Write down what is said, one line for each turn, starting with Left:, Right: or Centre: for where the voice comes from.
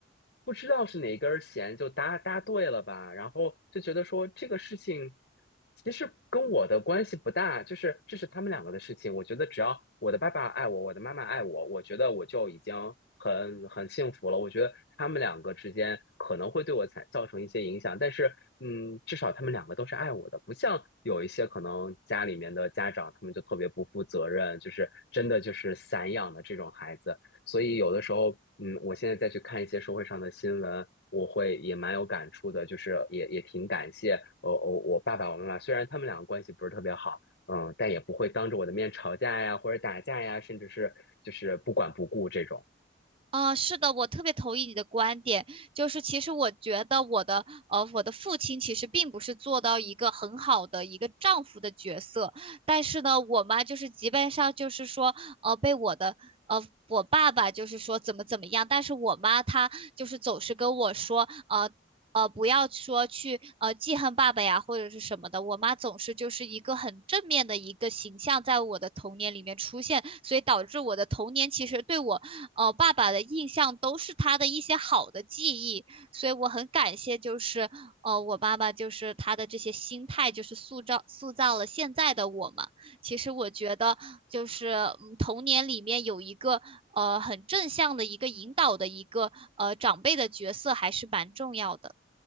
Left: 不知道是哪根弦就搭搭对了吧，然后就觉得说这个事情其实跟我的关系不大，就是这是他们两个的事情。我觉得只要我的爸爸爱我，我的妈妈爱我，我觉得我就已经很很幸福了。我觉得他们两个之间可能会对我产造成一些影响，但是嗯，至少他们两个都是爱我的，不像有一些可能家里面的家长，他们就特别不负责任，就是真的就是散养的这种孩子。所以有的时候，嗯，我现在再去看一些社会上的新闻，我会也蛮有感触的，就是也也挺感谢我我我爸爸我妈妈，虽然他们两个关系不是特别好。嗯，但也不会当着我的面吵架呀，或者打架呀，甚至是就是不管不顾这种。
Right: 啊，是的，我特别同意你的观点，就是其实我觉得我的呃，我的父亲其实并不是做到一个很好的一个丈夫的角色，但是呢，我妈就是基本上就是说，呃，被我的呃，我爸爸就是说怎么怎么样，但是我妈她就是总是跟我说，呃。呃，不要说去呃记恨爸爸呀，或者是什么的。我妈总是就是一个很正面的一个形象，在我的童年里面出现，所以导致我的童年其实对我哦，爸爸的印象都是他的一些好的记忆，所以我很感谢，就是呃我爸爸就是他的这些心态，就是塑造塑造了现在的我嘛。其实我觉得就是嗯童年里面有一个呃很正向的一个引导的一个呃长辈的角色还是蛮重要的。